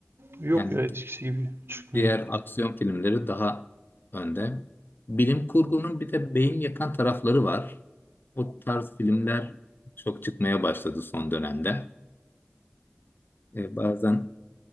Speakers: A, on the right; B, on the left.
A: Yok
B: Yani
A: ya eskisi gibi çıkmıyor.
B: Diğer aksiyon filmleri daha önde. Bilim kurgunun bir de beyin yakan tarafları var. O tarz filmler çok çıkmaya başladı son dönemde. E, bazen